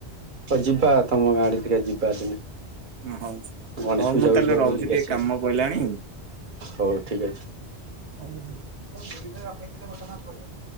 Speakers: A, on the right; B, on the right.
A: ଯିବା ତମ ଗାଁ ଆଡେ ଟିକେ ଯିବା ଦିନେ।
B: ହଉ
A: ଗଣେଶ
B: ହଉ
A: ପୂଜାକୁ
B: ମୁଁ ତାହେଲେ
A: ଯିବା
B: ରହୁଛି
A: ବୁଲିକି
B: ଟିକେ
A: ଆସିବା
B: କାମ ପଇଲାଣି।
A: ହଉ ଠିକ୍
B: ହଉ ଭାଇ।
A: ଅଛି <inaudible>